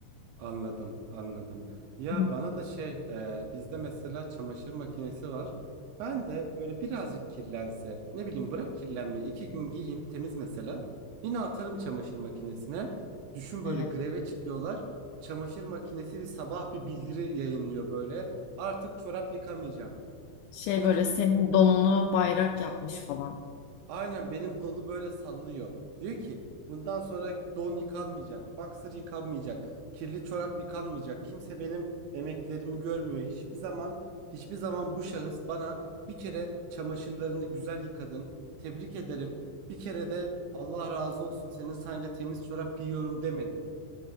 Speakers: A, on the right; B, on the left.
A: Anladım, anladım. Ya
B: Hmm.
A: bana da şey, e, bizde mesela çamaşır makinesi var. Ben de böyle birazcık kirlense, ne bileyim bırak kirlenmeyi, iki gün giyeyim temiz mesela. Yine atarım çamaşır makinesine. Düşün böyle
B: Evet.
A: greve çıkıyorlar. Çamaşır makinesi bir sabah bir bildiri yayınlıyor böyle. Artık çorap yıkamayacağım.
B: Şey
A: Hiç.
B: böyle senin donunu bayrak yapmış falan.
A: Aynen benim donu böyle sallıyor. Diyor ki bundan sonra don yıkanmayacak, boxer yıkanmayacak, kirli çorap yıkanmayacak. Kimse benim emeklerimi görmüyor. Hiçbir zaman hiçbir zaman bu şahıs bana bir kere çamaşırlarını güzel yıkadın. Tebrik ederim. Bir kere de Allah razı olsun senin sayende temiz çorap giyiyorum demedi.